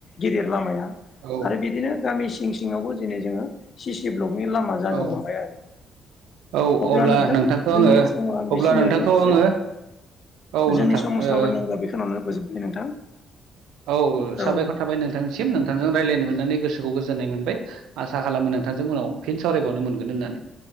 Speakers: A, on the left; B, on the right.
A: गिदिर लामाया
B: औ
A: आरो बिदिनो गामि सिं सिङावबो दिनै जोङो सिसि ब्लक नि लामा जानो
B: औ
A: हमबाय आरो
B: औ
A: अब्ला नोंथां
B: नोंथांखौ आङो
A: जोंनि समा
B: अब्ला
A: बिसिनियानो
B: नोंथांखौ
A: सै
B: आङो औ
A: जोंनि
B: नोंथां
A: समाजाव
B: ओ
A: रायलायनायखौ बेखिनियावनो फोजोबबाय नोंथां
B: औ साबायखर
A: औ
B: थाबाय नोंथांनिसिम नोंथांजों रायज्लायनो मोननानै गोसोखौ गोजोननाय मोनबाय आसा खालामो नोंथांजों उनाव फिन सावरायबावनो मोनगोन होननानै <inaudible>